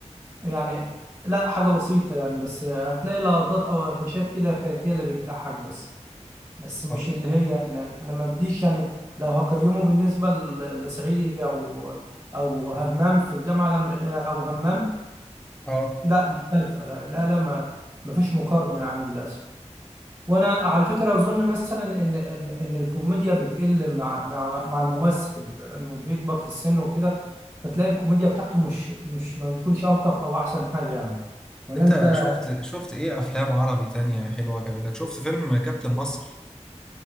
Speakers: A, on the right; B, in the centre.
A: يعني لا حاجه بسيطه يعني بس هتلاقي لقطات او قفشات كده كانت هي اللي بتضحك بس بس مش
B: اه
A: اللي هي يعني انا ما اديش يعني لو هقيمه بالنسبه ل- لصعيدي او او همام في الجامعه الامريكيه او همام
B: اه
A: لا مختلفه لا لا لا ما ما فيش مقارنه يعني للاسف وانا على فكره اظن مثلا ان ان ان الكوميديا بتقل مع مع مع الممثل لانه بيكبر في السن وكده فتلاقي الكوميديا بتاعته مش مش ما بتكونش الطف او احسن حاجه يعني ولا
B: انت
A: انت
B: شفت شفت ايه افلام عربي تانية حلوة عجبتك شفت فيلم كابتن مصر